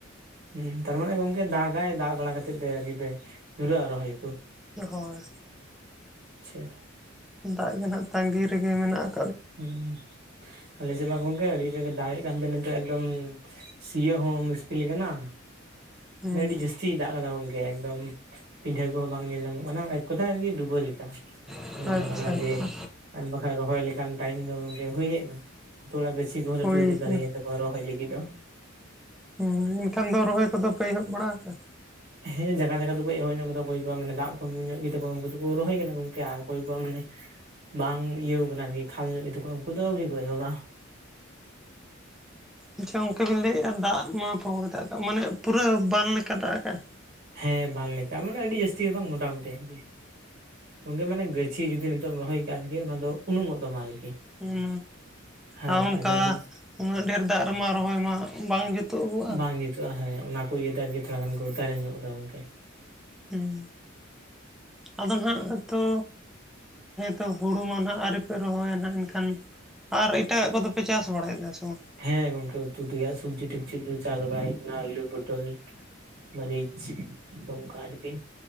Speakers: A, on the right; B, in the centre.
A: ᱦᱮᱸ ᱛᱟᱨᱢᱟᱱᱮ ᱜᱚᱝᱠᱮ ᱫᱟᱜᱟᱭ ᱫᱟᱜ ᱵᱟᱲᱟ ᱠᱟᱛᱮᱮᱫ ᱯ ᱟᱨᱠᱤ ᱯᱮ ᱧᱩᱨᱟᱹᱜᱼᱟ ᱨᱚᱦᱚᱭ ᱠᱚ
B: ᱦᱳᱭ
A: ᱟᱪᱪᱷᱟ
B: ᱫᱟᱜ ᱜᱮ ᱱᱟᱦᱟᱜ ᱛᱟᱸᱺᱜᱤ ᱨᱮᱜᱮ ᱢᱮᱱᱟᱜᱼᱟ
A: ᱦᱸ ᱟᱞᱮ ᱥᱮᱮᱫ ᱵᱟᱝ ᱜᱚᱝᱠᱮ ᱟᱹᱰᱤ ᱡᱟᱭᱜᱟ ᱫᱟᱲᱮᱜ ᱠᱟᱱᱛᱮ ᱱᱤᱛᱚᱜ ᱮᱠᱫᱚᱢ ᱥᱤᱭᱳᱜ ᱦᱚᱸ ᱢᱩᱥᱠᱤᱞ ᱠᱟᱱᱟ
B: ᱦᱮᱸ
A: ᱢᱟᱱᱮ ᱟᱹᱰᱤ ᱡᱟᱹᱥᱛᱤ ᱫᱟᱜ ᱠᱟᱱᱟᱫᱟ ᱜᱚᱝᱠᱮ ᱮᱠᱫᱚᱢ ᱯᱤᱰᱷᱟᱹ ᱠᱚᱦᱚᱸ ᱵᱟᱝ ᱧᱮᱞ ᱧᱟᱢᱚᱜᱼᱟ ᱮᱠ ᱠᱟᱛᱷᱟ ᱰᱩᱵ ᱟᱹ ᱞᱮᱠᱟ
B: ᱟᱪᱪᱷᱟ
A: ᱢᱚᱱᱮ ᱠᱟᱱᱟ ᱡᱮ
B: ᱟᱪᱪᱷᱟ
A: ᱟᱨ ᱵᱟᱠᱟᱱ ᱨᱚᱦᱚᱭ ᱞᱮᱠᱟᱱ ᱴᱟᱭᱤᱢ ᱫᱚ ᱜᱚᱝᱠᱮ ᱦᱩᱭ ᱦᱮᱡ ᱮᱱᱟ ᱛᱚᱲᱟᱜ ᱜᱟᱹᱪᱷᱤ ᱠᱚᱦᱚᱸ ᱞᱟᱹᱴᱩ
B: ᱦᱩᱭ
A: ᱞᱟᱹᱴᱩ
B: ᱠᱟᱱᱟ
A: ᱫᱟᱨᱮᱭᱭᱟ ᱛᱟᱠᱚᱣᱟ ᱨᱚᱦᱚᱭ ᱞᱟᱹᱜᱤᱫ ᱫᱚ
B: ᱦᱮᱸ ᱮᱱᱠᱷᱟᱱ ᱫᱚ ᱨᱚᱦᱚᱭ ᱠᱚᱫᱚ ᱯᱮ ᱮᱦᱚᱵ ᱵᱟᱲᱟ ᱠᱟᱜᱼᱟ
A: ᱦᱮᱸ ᱡᱟᱭᱜᱟ ᱡᱟᱭᱜᱟ ᱫᱚᱠᱚ ᱮᱦᱚᱵ ᱧᱚᱜ ᱠᱮᱫᱫᱟᱠᱚᱭ ᱠᱚᱣᱟᱜ ᱢᱟᱱᱮ ᱫᱟᱜ ᱠᱚ ᱧᱩ ᱧᱚᱜ ᱜᱮ ᱠᱚᱣᱟ ᱩᱱᱠᱩ ᱫᱚᱠᱚ ᱨᱚᱦᱚᱭ ᱠᱮᱫᱟ ᱜᱚᱝᱠᱮ ᱟᱨ ᱠᱚ ᱠᱚᱣᱟ ᱢᱟᱱᱮ ᱵᱟᱝ ᱤᱭᱟᱹᱣ ᱠᱟᱱᱟ ᱟᱨᱠᱤ ᱠᱷᱟᱞ ᱧᱚᱜ ᱴ ᱠᱚ ᱩᱱᱠᱩ ᱫᱚ ᱟᱹᱣᱨᱤ ᱠᱚ ᱮᱦᱚᱵᱟ
B: ᱟᱪᱪᱷᱟ ᱚᱱᱠᱮ ᱵᱤᱱ ᱞᱟᱹᱭᱮᱜᱼᱟ ᱫᱟᱜ ᱢᱟ ᱯᱷᱚ ᱜᱮ ᱫᱟᱜᱟᱜ ᱢᱟᱱᱮ ᱯᱩᱨᱟᱹ ᱵᱟᱱ ᱞᱮᱠᱟ ᱫᱟᱜ ᱟᱠᱟᱫ
A: ᱦᱮᱸ ᱵᱟᱝ ᱞᱮᱠᱟ ᱢᱟᱱᱮ ᱟᱹᱰᱤ ᱡᱟᱹᱥᱛᱤ ᱫᱚ ᱵᱟᱝ ᱢᱚᱴᱟᱢᱩᱴᱤ ᱟᱨᱠᱤ ᱜᱮ ᱢᱟᱱᱮ ᱜᱟᱹᱪᱷᱤ ᱡᱩᱫᱤ ᱱᱤᱛᱚᱜᱢ ᱨᱚᱦᱚᱭ ᱠᱟᱜᱼᱟᱠᱤ ᱚᱱᱟ ᱫᱚ ᱩᱱᱩᱢᱚᱜ ᱛᱟᱢᱟ ᱟᱨᱠᱤ
B: ᱦᱩᱸ
A: ᱦᱳᱭ
B: ᱟᱨ ᱚᱱᱠᱟ
A: ᱟᱫᱚ ᱱᱤᱛ
B: ᱩᱱᱟᱹᱜ ᱰᱷᱮᱨ ᱫᱟᱜ ᱨᱮᱢᱟ ᱨᱚᱦᱚᱭ ᱢᱟ ᱵᱟᱝ ᱡᱩᱛᱩᱜᱚᱜᱼᱟ
A: ᱵᱟᱝ ᱡᱩᱛᱩᱜᱼᱟ ᱦᱳᱭ ᱚᱱᱟ ᱠᱚ ᱤᱭᱟᱹᱛᱮᱜᱮ ᱛᱷᱚᱲᱟ ᱜᱟᱱ ᱠᱚᱛᱟᱨ ᱧᱚᱜ ᱠᱟᱫᱟ ᱜᱚᱝᱠᱮ
B: ᱦᱮᱸ ᱟᱫᱚ ᱱᱟᱟᱜ ᱛᱚ ᱛᱚ ᱦᱩᱲᱩ ᱢᱟ ᱱᱟᱦᱟᱜ ᱟᱹᱣᱨᱤᱯᱮ ᱨᱚᱦᱚᱭᱟ ᱱᱟᱟᱜ ᱮᱱᱠᱷᱟᱱ ᱟᱨ ᱮᱴᱟᱜᱟᱜ ᱠᱚᱫᱚᱯᱮ ᱪᱟᱥ ᱵᱟᱲᱟᱭᱮᱫᱟ ᱥᱮ ᱵᱟᱝ
A: ᱦᱮᱸ ᱜᱚᱝᱠᱮ ᱩᱛᱩ ᱛᱮᱭᱟ ᱥᱚᱵᱽᱡᱤ ᱴᱚᱵᱡᱤ ᱠᱚ ᱪᱟᱥ ᱵᱟᱲᱟᱭᱟ ᱚᱱᱟ ᱟᱹᱞᱩ ᱯᱚᱴᱚᱞ ᱢᱟᱹᱨᱤᱪ ᱱᱚᱝᱠᱟ ᱟᱨᱠᱤ